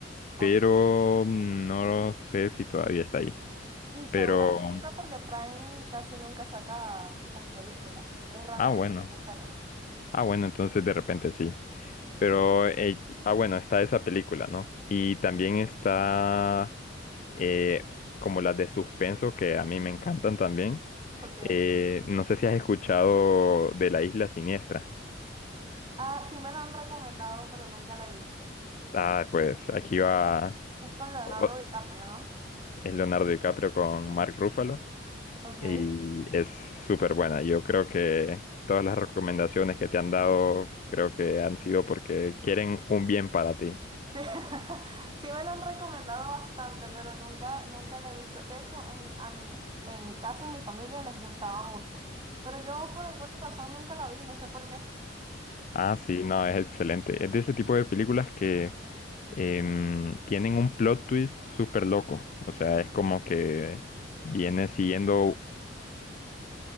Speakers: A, on the right; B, on the left.
A: ok.
B: Pero no sé si todavía está ahí.
A: Mm, Seguramente
B: Pero,
A: está porque Prime casi nunca saca las películas. Es rara
B: ah,
A: vez
B: bueno.
A: que las saca.
B: Ah, bueno, entonces de repente sí. Pero, eh, ah, bueno, está esa película, ¿no? Y también está eh, como las de suspenso, que a mí me encantan también.
A: Ok.
B: Eh, no sé si has escuchado de La Isla Siniestra.
A: Ah, sí me la han recomendado, pero nunca la he visto.
B: Ah, pues aquí va
A: Es, es con Leonardo
B: o- o-
A: DiCaprio, ¿no?
B: es Leonardo DiCaprio con Mark Ruffalo
A: Ok.
B: y
A: Sí,
B: es súper buena. Yo creo que todas las recomendaciones que te han dado creo que han sido porque quieren un bien para ti.
A: <laughs> sí me lo han recomendado bastante, pero nunca, nunca la he visto. De hecho, en mi, a mi- en mi casa, en mi familia, les gustaba mucho. Pero yo por alguna razón nunca la vi, no sé por qué.
B: Ah, sí, no, es excelente. Es de ese tipo de películas que em, tienen un plot twist súper loco. O sea, es como que viene siguiendo